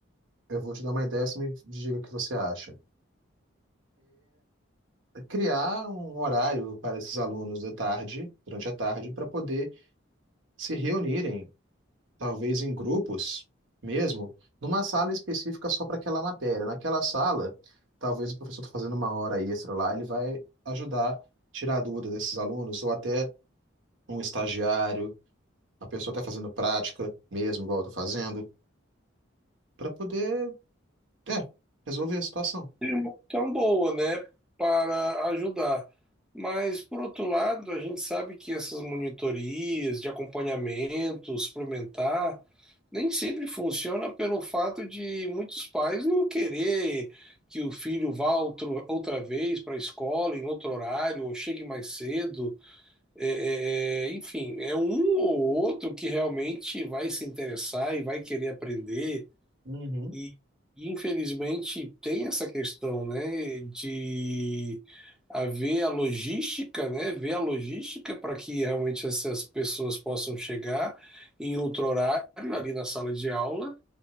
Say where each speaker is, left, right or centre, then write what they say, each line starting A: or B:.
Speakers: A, on the right; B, in the centre.
A: Eu vou te dar uma ideia, você me diga o que você acha. Criar um horário para esses alunos de tarde, durante a tarde, para poder se reunirem, talvez em grupos mesmo, numa sala específica só para aquela matéria. Naquela sala, talvez o professor tá fazendo uma hora extra lá, ele vai ajudar a tirar a dúvida desses alunos, ou até um estagiário, a pessoa está fazendo prática mesmo, igual eu estou fazendo, para poder, é, resolver a situação.
B: É uma opção boa, né, para ajudar. Mas, por outro lado, a gente sabe que essas monitorias de acompanhamento suplementar nem sempre funciona pelo fato de muitos pais não querer que o filho vá outro, outra vez para a escola, em outro horário, ou chegue mais cedo. É, é, é, enfim, é um ou outro que realmente vai se interessar e vai querer aprender.
A: Uhum.
B: E, e, infelizmente tem essa questão, né, de haver a logística, né, ver a logística para que realmente essas pessoas possam chegar em outro horário ali na sala de aula